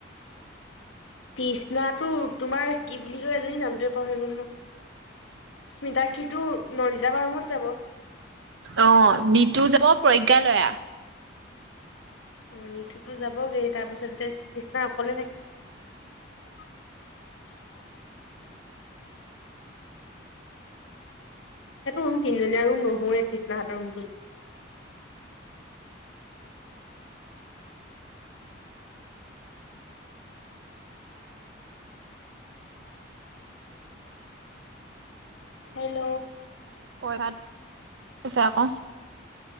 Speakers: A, on the left; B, on the right.
A: তৃষ্ণাটো তোমাৰ কি বুলি কয় এজনী নামটোৱে পাহৰি গলো নহয়। স্মিতাক্ষি টো নন্দিতা বাৰ ৰুমত যাব।
B: অ নিতু যাব প্ৰজ্ঞালয়া।
A: অ নিটুতো যাবগে তাৰপিছত তৃ তৃষ্ণা অকলে থাকিব। <inaudible> সেইটো ৰুম তিনজনীয়া ৰুম নহয়েই তৃষ্ণা হাতৰ ৰুমটো। <inaudible> হেল্ল'।
B: পঁই ভাত। আছে আকৌ।